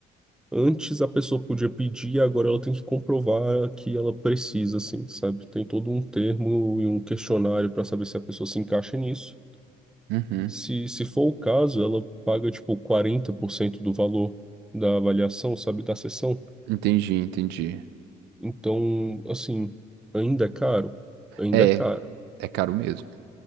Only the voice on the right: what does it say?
Uhum.
Entendi, entendi.
É,
é caro mesmo.